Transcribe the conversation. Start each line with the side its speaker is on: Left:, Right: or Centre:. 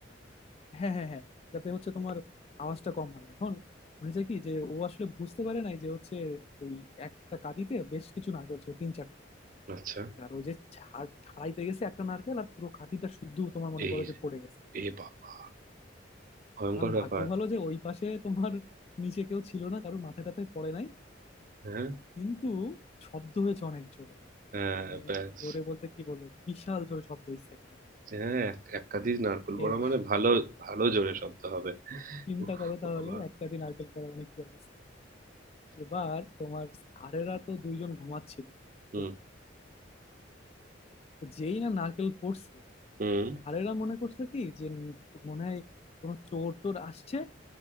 Left: হ্যাঁ হ্যাঁ হ্যাঁ যাতে হচ্ছে তোমার আওয়াজটা কম হয় এখন হয়েছে কি যে ও আসলে বুঝতে পারে নাই যে হচ্ছে ওই একটা কাঁদিতে বেশ কিছু নারকেল ছিল তিন চারটে
Right: আচ্ছা
Left: আর ও যে ঝাড় ছাড়াইতে গেছে একটা নারকেল আর পুরো কাঁদিটা শুদ্ধ তোমার মনে
Right: এই
Left: করো যে পড়ে গেছে
Right: এ বাবা ভয়ঙ্কর
Left: এখন
Right: ব্যাপার
Left: ভাগ্য ভালো যে ওই পাশে তোমার নিচে কেউ ছিল না কারোর মাথায় টাথায় পড়ে নাই
Right: হ্যাঁ
Left: কিন্তু শব্দ হয়েছে অনেক জোরে
Right: হ্যাঁ
Left: মানে
Right: ব্যাস
Left: জোরে বলতে কি বলবো বিশাল জোরে শব্দ হয়েছে একটা
Right: হ্যাঁ এক একাধি নারকোল
Left: এ
Right: পড়া
Left: ভাই,
Right: মানে ভালো ভালো জোরে শব্দ হবে
Left: চিন্তা
Right: উফ
Left: করো তাহলে
Right: বাবা
Left: একটা দিন নারকেল পড়া মানে কি অবস্থা এবার তোমার স্যারেরা তো দুইজন ঘুমাচ্ছিল ভিতরে।
Right: হুম
Left: তো যেই না নারকেল পড়ছে
Right: হুম
Left: স্যারেরা মনে করছে কি যে উম মনে হয় কোনো চোর টোর আসছে